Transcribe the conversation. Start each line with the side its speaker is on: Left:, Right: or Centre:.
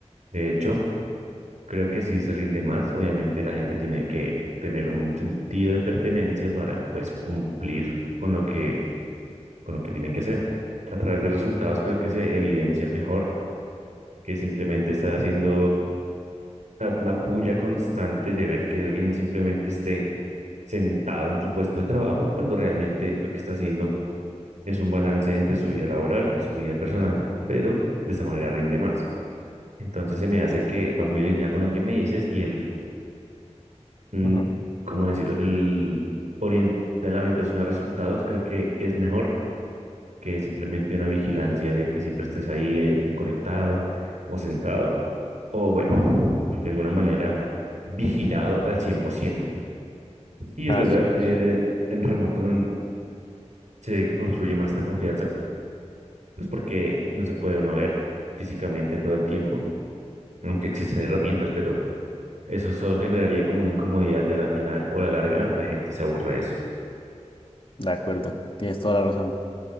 Right: De hecho, Creo que así se rinde más. Obviamente la gente tiene que tener un sentido de pertenencia para pues cumplir con lo que, con lo que tienen que hacer. A través de resultados creo que se evidencia mejor que simplemente estar haciendo una una puya constante de ver que alguien simplemente esté sentado en su puesto de trabajo cuando realmente lo que está haciendo es un balance entre su vida laboral y su vida personal, pero de esa manera rinde más. Entonces se me hace que va muy alineado con lo que me dices y el mm,
Left: ujú,
Right: ¿cómo decirlo? El orien- la orientación a resultados creo que es mejor que simplemente una vigilancia de que siempre estés ahí eh, conectado o sentado o bueno, de alguna manera vigilado al cien por ciento Y
Left: Así
Right: es verdad,
Left: es.
Right: eh, en remoto mm, se construye más esta confianza, pues porque no se puede uno ver físicamente todo el tiempo, aunque existen herramientas, pero eso solo generaría como una incomodidad y a la final o a la larga la gente se aburre de eso.
Left: De acuerdo, tienes toda la razón.